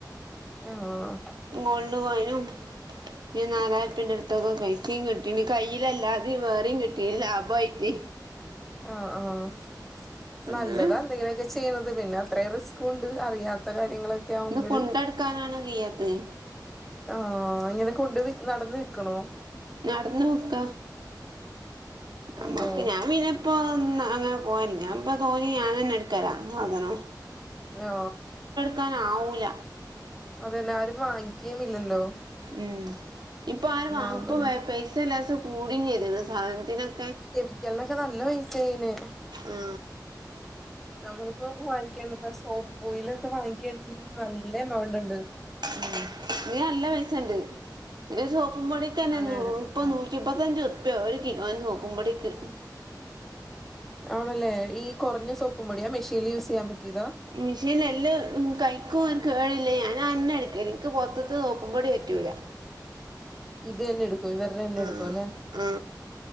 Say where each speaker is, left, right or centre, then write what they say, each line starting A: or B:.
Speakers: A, in the centre; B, on the right.
A: ആഹ്
B: മോൾഡ് കോയ്നും ഒര് നാലായിരുർപ്യന്റെ അടുത്തൊക്കെ പൈസിം കിട്ടീണ് കയ്യില അല്ലാതെ വേറിം കിട്ടീണ് ലാഭായിട്ട്
A: ആഹ് ആഹ്,
B: അങ്ങനെ
A: നല്ലതാ എന്തെങ്കിലൊക്കെ ചെയ്യണത് പിന്നെ അത്രയും റിസ് ക്കുണ്ട് അറിയാത്ത കാര്യങ്ങളൊക്കെ ആവുമ്പഴ്.
B: ഇത് കൊണ്ടട്ക്കാനാണ് കയ്യാത്തത്
A: ആഹ് ഇങ്ങനെ കൊണ്ട് വി നടന്നു വിക്കണോ?
B: നടന്ന് വിക്ക, നമ്മക്ക്
A: ഓഹ്
B: ഞാൻ പിനെ പ്പൊ അന്ന അങ്ങനെ പോവല്ല്ല ഇപ്പ തോനിം ഞാൻ തന്നെ എടുക്കലാ സാധനം.
A: ഹലോ...
B: ക്കാനാ ആവൂല
A: അതന്നെ ആരും വാങ്ങിക്കയും ഇല്ലല്ലോ.
B: ഉം, ഇപ്പൊ ആര് വാങ്ങു
A: ആവുമ്പോഴ്
B: ഇപ്പോ പൈസ ലേസം കൂടിം ചെയ്ത്ണ് സാധനത്തിന് ഒ
A: കെമിക്കലിനൊക്കെ നല്ല പൈസ ആയിണ്.
B: ആ
A: നമ്മളിപ്പോ വാങ്ങിക്കണ്ട സോപ്പ് ഓയില് ഒക്ക വാങ്ങിക്ക്യാനിച്ചങ്കില് നല്ല എമൗണ്ട്ണ്ട്.
B: ഉം, ഇതിന് നല്ല പയിസണ്ട്. ഇതില് സോപ്പും പൊടിക്കന്നെ
A: അതെ
B: നൂ
A: അതെ
B: പ്പത്
A: നല്ല
B: നൂറ്റിപ്പ മുപ്പത്തഞ്ച് ഉറിപ്പ്യ ഒരു കിലോന് സോപ്പുംപൊടിക്ക്.
A: ആണല്ലേ, ഈ കൊറഞ്ഞ സോപ്പും പൊടിയാ മെഷീനില് യൂസ് ചെയ്യാൻ പറ്റിയതാ
B: മിഷീൻലെല്ലം കയിക്കും കേടില്ല ഞാൻ അന്നേ എടുക്കല് നിക്ക് പൊറത്ത്തെ സോപ്പും പൊടി പറ്റൂല.
A: ഇത് തന്നെ എടുക്കു ഇവര്‌ടെ തന്നെ
B: ആ
A: എടുക്കു അല്ലെ.
B: ആ